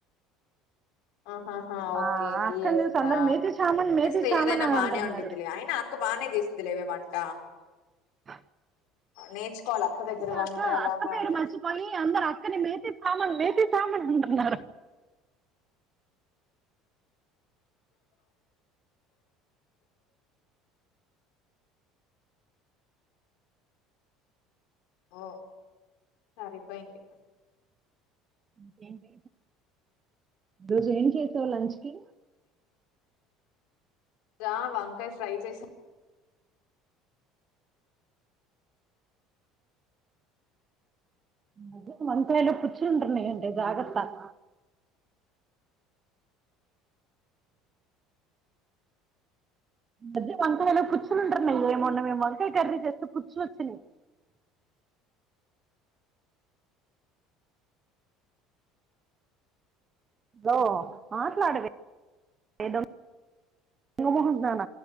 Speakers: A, on the left; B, on the right.
A: ఆహహా ఓకే
B: ఆ
A: గీ
B: అక్కని
A: వేసిందా
B: చూసి అందరు మేతి చామన్ మేతి
A: వేస్తే
B: చామన్
A: ఏదైనా
B: అని
A: బాగానే
B: అంటున్నారు
A: ఉండిద్లే అయినా అక్క బాగానే చేస్ దిలేవే వంట
B: <inaudible>
A: నేర్చుకోవాలి అక్క దగ్గర వంట
B: అక్క
A: ఎలాగా
B: అక్క పేరు
A: అని
B: మర్చిపోయి అందరు అక్కనే మేతి మేతి సామాన్ అంటున్నారు
A: ఓ సరిపోయిది
B: ఇంకేంటి రోజు ఏం చేసావు లంచ్ కి
A: రా వంకాయ ఫ్రై చేసా
B: ఆ ఈమధ్య వంకాయలకు పుచ్చులు ఉంటున్నాయండీ జాగ్రత్త <inaudible> మధ్య వంకాయల పుచ్చులు ఉంటున్నాయి మొన్న మేము వంకాయ కర్రీ చేస్తే పుచ్చు వచ్చినయి <inaudible> హలో మాట్లాడవే ఏదో మొహం దాన